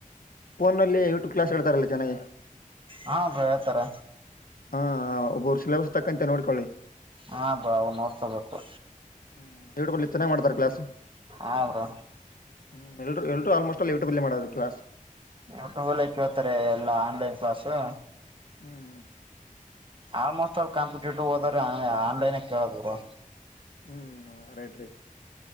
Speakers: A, on the left (about 85°); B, on the right (about 40°).
A: ಫೋನ್ಲ್ ಯೂಟ್ಯೂಬ್ ಕ್ಲಾಸ್ ಹೇಳ್ತಾರಲ್ಲ ಚೆನ್ನಾಗಿ
B: ಹಾ ಬ ಹೇಳ್ತಾರೆ
A: ಹಾ ಒಬ್ಬರು ಶಿಲಬಸ್ ತಕ್ಕಂತೆ ನೋಡ್ಕೊಳ್ಳಿ
B: ಹಾ ಬ್ರಾ ನೋಡ್ಕೊಬೇಕು
A: ಹ್ಮ್ ದ ಚೆನೇ ಮಾಡ್ತಾರೆ ಕ್ಲಾಸ್
B: ಹಾ ಬ್ರೋ
A: ಹ್ಮ್ ಎಲ್ರು ಎಲ್ರು ಆಲ್ಮೋಸ್ಟ್ ಅಲ್ಲಿ ಯೂಟ್ಯಬ್ಲ್ ಮಾಡೋದು ಕ್ಲಸ್
B: ಯವುಟಲ್ಲ ಕೇಳ್ತಾರೆ ಎಲ್ಲಾ ಆನ್ಲನ್ ಕ್ಲಾಸು
A: ಹ್ಮ್
B: ಆಲ್ಮೋಸ್ಟ್ ಆಲ್ ಕಾಂಪಿಟೇಟಿವ್ ಹೋದ್ರ ಆನ್ಲನ್ ಕೇಳದ್ರು
A: ಹ್ಮ್ ರೇಡ್ ರೆಡ್